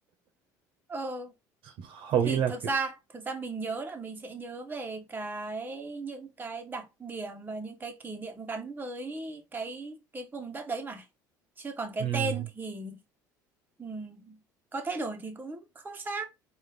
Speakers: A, on the right; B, on the right.
A: ờ
B: hầu
A: thì
B: như là
A: thực
B: kiểu
A: ra thực ra mình nhớ là mình sẽ nhớ về cái những cái đặc điểm và những cái kỷ niệm gắn với cái cái vùng đất đấy mà chứ còn cái
B: ừ
A: tên thì ừm, có thay đổi thì cũng không sao